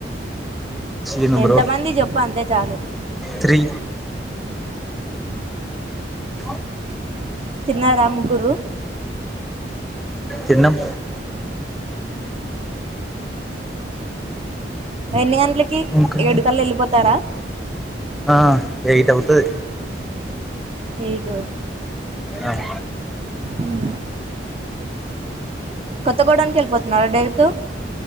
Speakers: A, in the centre; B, on the right.
A: శ్రీను
B: ఎంతమంది
A: బ్రో
B: చెప్పు అంతే చాలు
A: త్రీ అ
B: తిన్నారా ముగ్గురు
A: తిన్నం
B: ఎన్ని గంటలకి
A: ఇంకా
B: ఏడుకళ్ళ ఎళ్ళిపోతారా
A: ఆ ఎయిట్ అవుతది
B: ఏయిటు
A: ఆ
B: హుమ్ కొత్త గోడానికేళ్ళిపోతున్నారా డైరెక్ట్